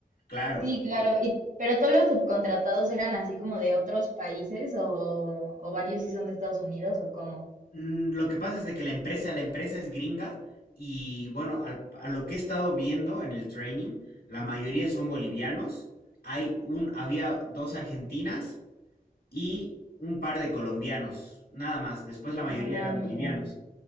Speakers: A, on the left; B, on the right.
A: Claro,
B: Sí, claro.
A: porque,
B: Y, pero todos los subcontratados eran así como de otros países o, o varios sí son de Estados Unidos o cómo.
A: mm, lo que pasa es de que la empresa, la empresa es gringa y bueno, al- a lo que he estado viendo en el training, la mayoría son bolivianos. Hay un, había dos argentinas y un par de colombianos, nada más. Después la mayoría
B: Ah,
A: eran
B: mira.
A: bolivianos.